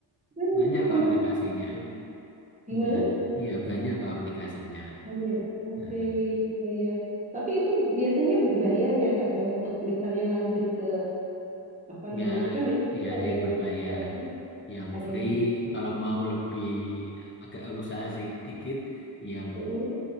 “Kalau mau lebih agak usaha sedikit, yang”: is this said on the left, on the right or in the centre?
Left